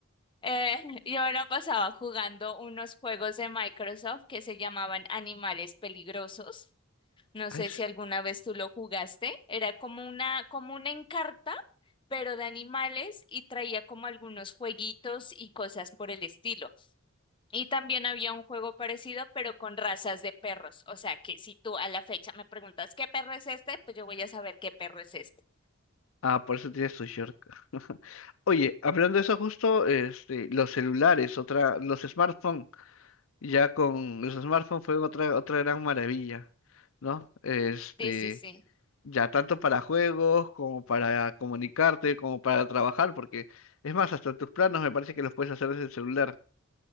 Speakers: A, on the left (about 25°); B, on the left (about 65°).
A: Eh, <laughs> yo me lo pasaba jugando unos juegos de Microsoft que se llamaban Animales Peligrosos. No
B: ay,
A: sé si alguna vez tú lo jugaste. Era como una, como una Encarta, pero de animales y traía como algunos jueguitos y cosas por el estilo. Y también había un juego parecido, pero con razas de perros. O sea que si tú a la fecha me preguntas qué perro es este, pues yo voy a saber qué perro es este.
B: Ah, por eso tienes tu short. <laughs> Oye, hablando de eso justo, este, los celulares, otra, los smartphones, ya con los smartphones fue otra, otra gran maravilla, ¿no? Este,
A: Sí, sí, sí.
B: ya tanto para juegos como para comunicarte, como para trabajar, porque es más, hasta tus planos me parece que los puedes hacer desde el celular.